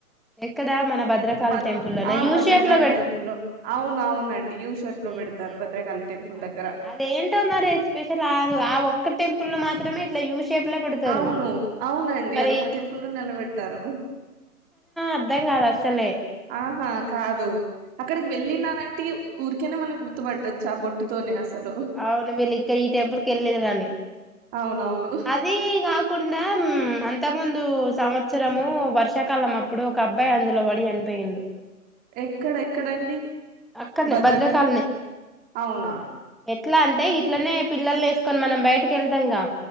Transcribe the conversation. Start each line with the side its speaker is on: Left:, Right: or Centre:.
Centre: ఎక్కడ మన భద్రకాళి
Right: బ
Centre: టెంపుల్ లోనా
Right: ఆ
Centre: యూ
Right: భద్రకాళి
Centre: షేప్ లో
Right: టెంపుల్ అవును అవునండి యూ షేప్ లో
Centre: ఎ
Right: పెడతారు
Centre: ఎ
Right: భద్రకాళి టెంపుల్
Centre: అవును
Right: దగ్గర
Centre: అదేంటో మరి స్పెషల్ అ ఆ ఒక్క టెంపుల్ లో మాత్రం త్రమే ఇట్ల యూ షేప్ లో పెడతారు
Right: అవును అవునండి
Centre: మరి
Right: అదొక టెంపుల్లనే అలబెడతారు
Centre: అర్థం కాదు అస్సలే
Right: ఆహా కాదు అక్కడికి వెళ్ళినారంటే ఇగ ఊరికేనే మనం గుర్తుపట్టొచ్చు ఆ బొట్టుతోనే అసలు
Centre: అవును వీళ్ళు ఇంక్క ఈ టెంపుల్కి వెళ్ళిిన దని
Right: అవునవును
Centre: అదీ కాకుండాా మ్ అంత ముందు సంవత్సరము వర్షాకాలం అప్పుడు ఒక అబ్బాయి అందులో పడి చనిపోయిండు
Right: ఎక్కడ ఎక్కడండి
Centre: అక్కడనే
Right: భద్రక
Centre: భద్రకాలనే
Right: అవునా
Centre: ఎట్లా అంటే ఇట్లనే పిల్లల్ని వేసుకొని మనం బయటకి వెళ్తాంగా